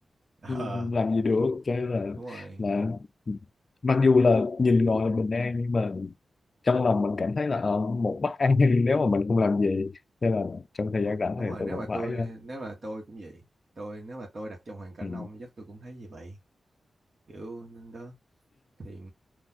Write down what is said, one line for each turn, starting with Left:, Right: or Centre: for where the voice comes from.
Right: ờ
Left: ừ, làm gì được cho nên là
Right: đúng rồi
Left: là mặc dù là nhìn gọi là bình an nhưng mà trong lòng mình cảm thấy là ờ, một bất an <laughs> nếu mà mình không làm gì nên là trong thời gian rảnh
Right: đúng
Left: thì
Right: rồi
Left: tôi
Right: nếu
Left: cũng
Right: mà
Left: phải
Right: tôi
Left: ờ,
Right: nếu là tôi cũng vậy tôi nếu mà tôi đặt trong hoàn cảnh
Left: ừ.
Right: ông chắc tôi cũng thấy như vậy kiểu nên đó thì